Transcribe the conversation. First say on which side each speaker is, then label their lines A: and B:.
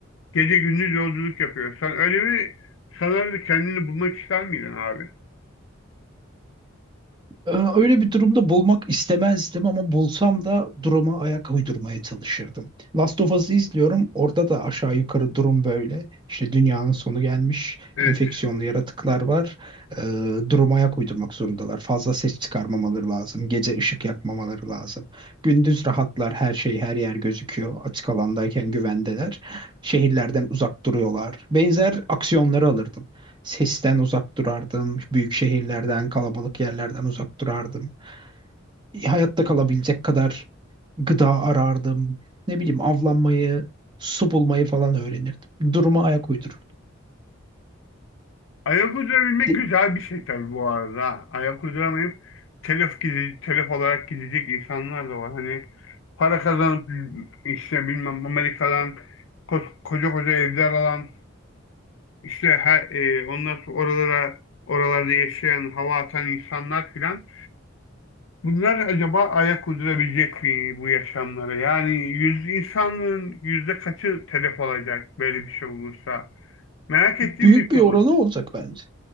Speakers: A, on the left (about 70°); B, on the right (about 25°).
A: Gece gündüz yolculuk yapıyor. Sen öyle bir sanırım kendini bulmak ister miydin abi?
B: Ee, Öyle bir durumda bulmak istemezdim ama bulsam da duruma ayak uydurmaya çalışırdım. Last of Us'ı izliyorum. Orada da aşağı yukarı durum böyle. İşte dünyanın sonu gelmiş,
A: Evet.
B: enfeksiyonlu yaratıklar var. Ee, duruma ayak uydurmak zorundalar. Fazla ses çıkarmamaları lazım. Gece ışık yakmamaları lazım. Gündüz rahatlar, her şey her yer gözüküyor. Açık alandayken güvendeler. Şehirlerden uzak duruyorlar. Benzer aksiyonları alırdım. Sesten uzak durardım. Büyük şehirlerden, kalabalık yerlerden uzak durardım. E, Hayatta kalabilecek kadar gıda arardım. Ne bileyim avlanmayı, su bulmayı falan öğrenirdim. Duruma ayak uydururdum.
A: Ayak uydurabilmek
B: De-
A: güzel bir şey tabii bu arada. ha. Ayak uyduramayıp telef, gide- telef olarak gidecek insanlar da var. Hani para kazanıp işte bilmem Amerika'dan ko- koca koca evler alan işte her, e, ondan sonra oralara oralarda yaşayan hava atan insanlar filan Bunlar acaba ayak uydurabilecek mi bu yaşamlara? Yani yüz insanlığın yüzde kaçı telef olacak böyle bir şey olursa? Merak ettiğim
B: Büyük
A: bir konu.
B: bir oranı olacak bence.